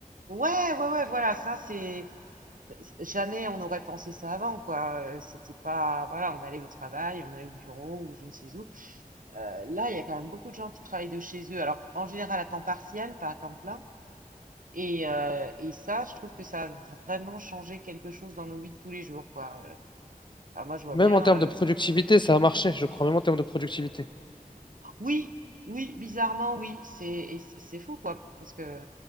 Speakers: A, on the right; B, on the left.
A: Ouais, ouais, ouais, voilà, ça c'est... c'est- Jamais on aurait pensé ça avant, quoi. Euh, C'était pas, voilà, on allait au travail, on allait au bureau ou je ne sais où. Euh, là, il y a quand même beaucoup de gens qui travaillent de chez eux. Alors, en général, à temps partiel, pas à temps plein. Et, euh, et ça, je trouve que ça a vraiment changé quelque chose dans nos vies de tous les jours, quoi. Euh, ah, moi, je vois
B: Même
A: bien.
B: en termes
A: euh,
B: de productivité, ça a marché. Je crois même en termes de productivité.
A: Oui, oui, bizarrement, oui. C'est et c'est c'est fou, quoi. Parce que